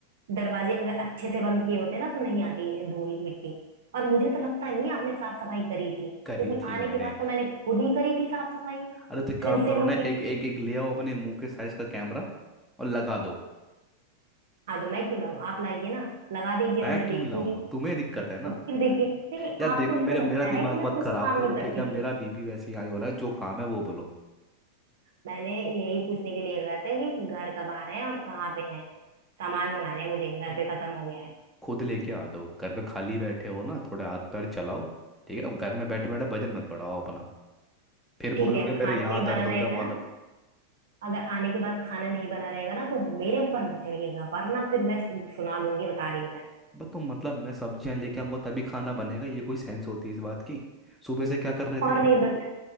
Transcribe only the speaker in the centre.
करी
थी
मैंने
अरे तो एक काम
करो
ना
एक एक एक ले आओ अपने मुंह के साइज का कैमरा और लगा दो
मैं
क्यों
लाऊं तुम्हें दिक्कत है ना
यार
देख
मेरे मेरा
दिमाग
मत
खराब
करो
ठीक है
मेरा बीपी वैसे ही हाई हो रहा है जो काम है वो बोलो
खुद लेके आ जाओ घर में खाली बैठे हो ना थोड़े हाथ पैर चलाओ ठीक है अब घर में बैठे बैठे वजन मत बढ़ाओ अपना फिर
बोलोगे
मेरे यहाँ
दर्द
होता है वहाँ
दर्द
बस तुम मतलब मैं सब्जियां लेके आऊंगा तभी खाना बनेगा ये कोई सेंस होती है इस बात की सुबह से क्या कर रहे
थे